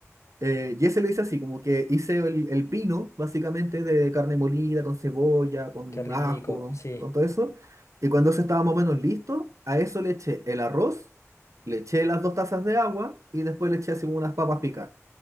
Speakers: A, on the right (about 70°); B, on the left (about 65°).
A: Eh, Jesse lo hice así, como que hice el, el pino, básicamente, de carne molida, con cebolla, con
B: Qué rico,
A: ajo,
B: sí.
A: con todo eso. Y cuando eso estaba más o menos listo, a eso le eché el arroz, le eché las dos tazas de agua y después le eché así como unas papas picadas.